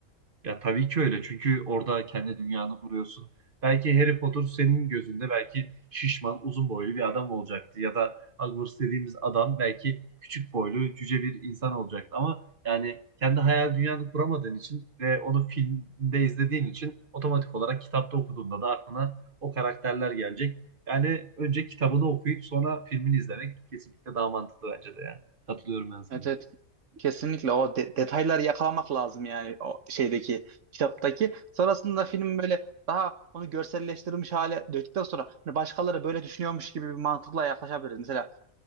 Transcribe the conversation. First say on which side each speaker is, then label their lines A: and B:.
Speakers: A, on the right; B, on the right.
A: Ya tabii ki öyle. Çünkü orada kendi dünyanı kuruyorsun. Belki Harry Potter senin gözünde belki şişman, uzun boylu bir adam olacaktı. Ya da Hogwarts dediğimiz adam belki küçük boylu, cüce bir insan olacaktı. Ama yani kendi hayal dünyanı kuramadığın için ve onu filmde izlediğin için otomatik olarak kitapta okuduğunda da aklına o karakterler gelecek. Yani önce kitabını okuyup sonra filmini izlemek kesinlikle daha mantıklı bence de ya. Katılıyorum ben sana.
B: Evet, evet. Kesinlikle o de- detayları yakalamak lazım yani o şeydeki kitaptaki. Sonrasında film böyle daha onu görselleştirilmiş hale döktükten sonra hani başkaları böyle düşünüyormuş gibi bir mantıkla yaklaşabiliriz. Mesela